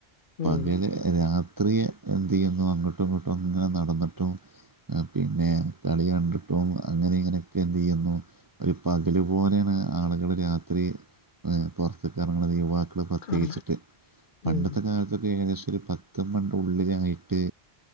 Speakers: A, on the right (about 25°); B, on the left (about 55°).
A: പകല്
B: ഉം
A: രാ- ത്രി എന്തു ചെയ്യുന്നു അങ്ങോട്ടും ഇങ്ങോട്ടും അങ്ങനെ നടന്നിട്ടും പിന്നെ കളി കണ്ടിട്ടും അങ്ങനെ ഇങ്ങനെയൊക്കെ എന്ത് ചെയ്യുന്നു ഒരു പകല് പോലെയാണ് ആളുകൾ രാത്രി പുറത്തേക്കു ഇറങ്ങണത് മക്കും പ്രത്യകിച്ചിട്ട്
B: കാണാം
A: പണ്ടത്തെ
B: ഉം
A: കാലത്തൊക്കെ ഏകദശ- പത്തും പണ്ട ഉള്ളിലായിട്ട്